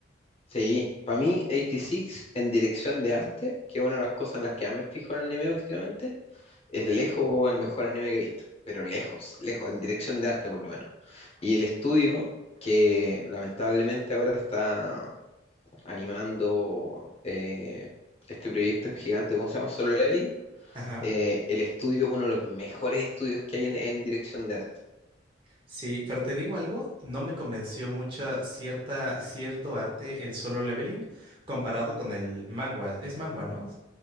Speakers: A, on the left; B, on the right.
A: Sí, para mí 86 en dirección de arte, que es una de las cosas en las que más me fijo en el anime últimamente, es lejos el mejor anime que he visto, pero lejos, lejos, en dirección de arte por lo menos. Y el estudio, que lamentablemente ahora está animando eh, este proyecto gigante, ¿cómo se llama? Solo Leveling,
B: ajá.
A: eh, el estudio es uno de los mejores estudios que hay en, en dirección de arte.
B: Sí, pero te digo algo, no me convenció mucho cierta, cierto arte en solo leveling comparado con el manga. Es manga, ¿no?